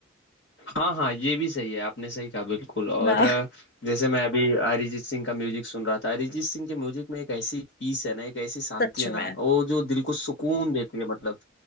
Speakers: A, on the left (about 75°); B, on the left (about 50°).
A: हाँ हाँ ये भी सही है आपने सही कहा बिल्कुल और
B: हाँ
A: अ, जैसे मैं अभी अरिजीत सिंह का म्यूजिक सुन रहा था अरिजीत सिंह के म्यूजिक में एक ऐसी पीस है ना एक ऐसी शांति
B: सच
A: है ना
B: में
A: वो जो दिल को सुकून देती है मतलब